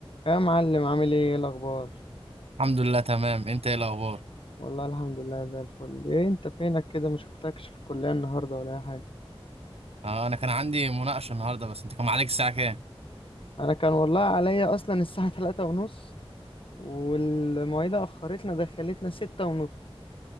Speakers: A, on the left; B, on the right.
A: يا معلم عامل ايه إيه الاخبار
B: الحمد لله تمام انت ايه الاخبار
A: والله الحمد لله زي الفل ايه انت فينك كده ما شفتكش في الكلية النهاردة ولا اي حاجة
B: اه انا كان عندي مناقشه النهارده بس انت كان معاك الساعه كام
A: انا كان والله عليا اصلا الساعة <laughs> تلاتة ونص والمواعيد اخرتنا دخلتنا ستة ونص